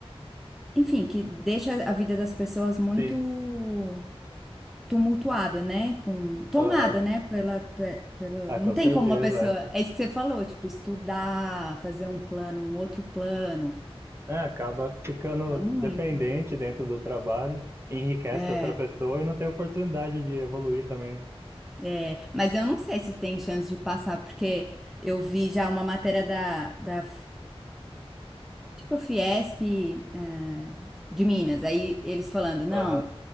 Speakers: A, in the centre; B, on the right.
A: enfim, que deixa a vida das pessoas muito
B: sim.
A: tumultuada, né? Com tomada,
B: Aham.
A: né? Pela, pe- pelo,
B: Ah,
A: não
B: com
A: tem
B: certeza,
A: como uma pessoa, é isso que você falou, tipo, estudar, fazer um plano, um outro plano.
B: é. É, acaba ficando
A: Dá muito.
B: dependente dentro do trabalho, enriquece
A: É,
B: outra pessoa e não tem oportunidade de evoluir também.
A: é, mas eu não sei se tem chance de passar, porque eu vi já uma matéria da, da Tipo a Fiesp, eh, de Minas. Aí eles falando, não,
B: Aham.